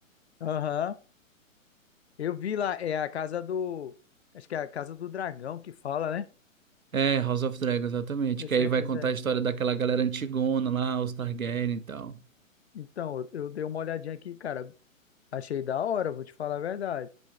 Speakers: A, on the left; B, on the right.
A: Aham. Eu vi lá, é a casa do. Acho que é a casa do dragão que fala, né?
B: É, House of Dragons, exatamente.
A: Esse
B: Que aí
A: é,
B: vai
A: esse
B: contar
A: é.
B: a história daquela galera antigona lá, os Targaryen e tal.
A: Então, eu, eu dei uma olhadinha aqui, cara. Achei da hora, vou te falar a verdade.